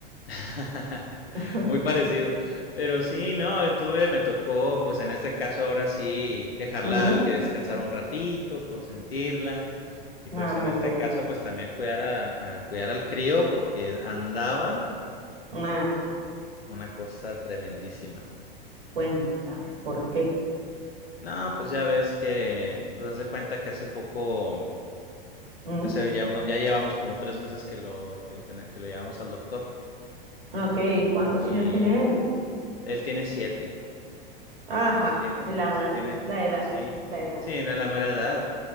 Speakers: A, on the left; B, on the right.
A: <laughs>
B: <laughs>
A: Muy parecido. Pero sí, no, estuve, me tocó, pues en este caso ahora sí, dejarla
B: Mm,
A: que descansara un ratito, consentirla. Y pues
B: nada, mundo.
A: en este caso, pues también cuidar a, a- cuidar al crío porque andaba
B: Ah,
A: una cosa tremendísima.
B: cuéntame, ¿por qué?
A: No, pues ya ves que, pues haz de cuenta que hace poco,
B: Mm,
A: hace ya uno, ya llevamos como tres meses que lo, que lo, tene- que lo llevamos al doctor.
B: ok,
A: Y
B: ¿cuántos años tiene
A: y
B: él?
A: él tiene siete.
B: Ajá,
A: Tiene,
B: la
A: sí,
B: edad,
A: tiene,
B: la edad,
A: sí,
B: la edad.
A: sí, no es la mera edad,